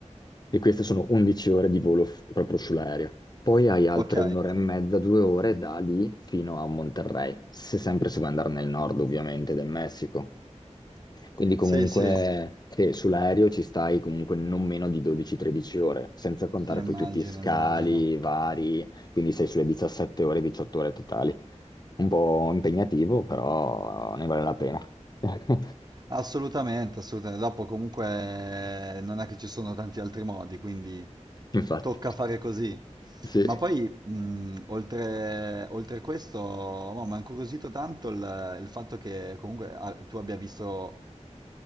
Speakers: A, on the left (about 35°); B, on the right (about 35°).
A: E queste sono 11 ore di volo f- proprio sull'aereo. Poi hai altre
B: Ok?
A: un'ora e mezza, due ore da lì fino a Monterrey, se sempre si vuoi andare nel nord ovviamente del Messico. Quindi comunque
B: Sì, sì,
A: sì, sull'aereo ci stai comunque non meno di 12-13 ore, senza contare
B: sì, immagino,
A: poi tutti i scali
B: immagino.
A: vari, quindi sei sulle 17 ore, 18 ore totali. Un po' impegnativo, però ne vale la pena. <laughs>
B: Assolutamente, assolutamente. Dopo comunque eh, non è che ci sono tanti altri modi, quindi
A: Infatti.
B: tocca fare così.
A: Sì.
B: Ma poi, mh, oltre, oltre questo, no, mi ha incuriosito tanto il, il fatto che comunque ah, tu abbia visto,